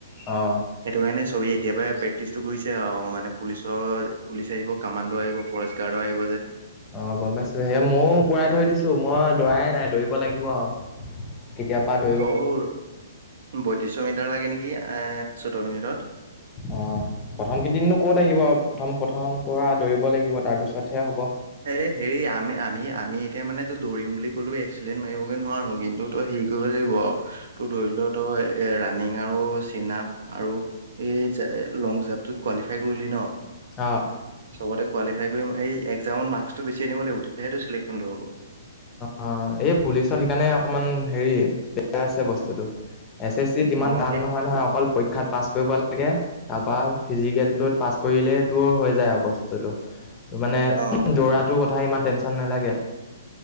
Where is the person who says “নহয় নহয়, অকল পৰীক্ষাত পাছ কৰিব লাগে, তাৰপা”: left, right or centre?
Left